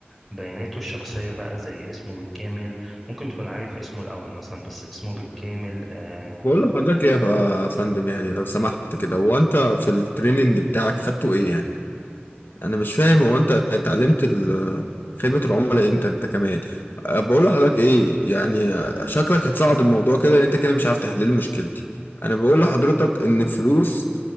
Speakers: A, in the centre; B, on the left.
A: بياناته الشخصية بقى زي اسمه بالكامل ممكن تكون عارف اسمه الأول مثلا بس اسمه بالكامل آه
B: بقول لحضرتك يا فندم يعني لو سمحت كده هو أنت في التريننج بتاعك خدته إيه يعني انا مش فاهم هو انت اتعلمت ال- خدمة العملاء امتى انت كمان أه، بقول لحضرتك ايه يعني أه، شكلك هتصعد الموضوع كده لان انت كده مش عارف تحل لي مشكلتي انا بقول لحضرتك ان الفلوس